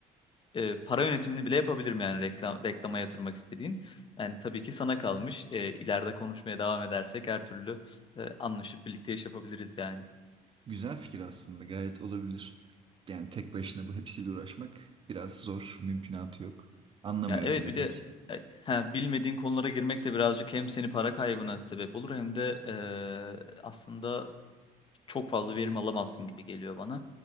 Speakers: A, on the left; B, on the right.
A: e, para yönetimini bile yapabilirim yani reklam, reklama yatırmak istediğin. Yani tabii ki sana kalmış. E, ileride konuşmaya devam edersek her türlü e, anlaşıp birlikte iş yapabiliriz yani.
B: güzel fikir aslında. Gayet olabilir. Yani tek başına bu hepsiyle uğraşmak biraz zor. Mümkünatı yok. Anlamıyorum
A: Ya evet
B: bir de
A: bir
B: pek.
A: de e, ha, bilmediğin konulara girmek de birazcık hem seni para kaybına sebep olur hem de e, aslında çok fazla verim alamazsın gibi geliyor bana.